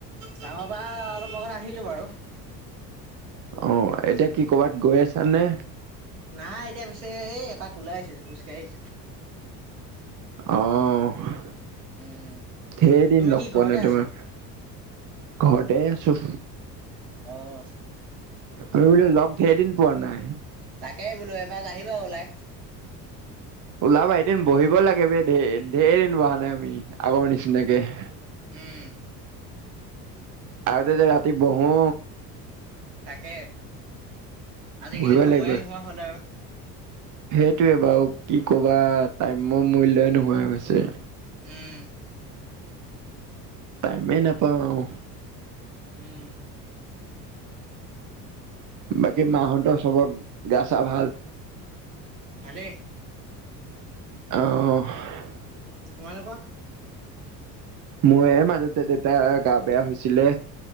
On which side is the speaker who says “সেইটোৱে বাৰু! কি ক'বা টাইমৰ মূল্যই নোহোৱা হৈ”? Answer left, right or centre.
Right